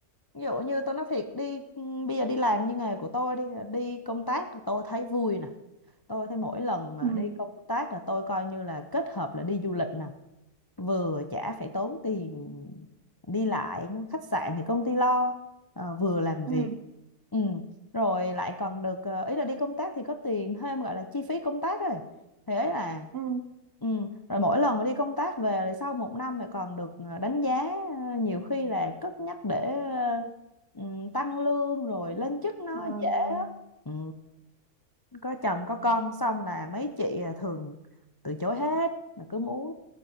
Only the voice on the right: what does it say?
ừ
ừ
ừ
rồi
rồi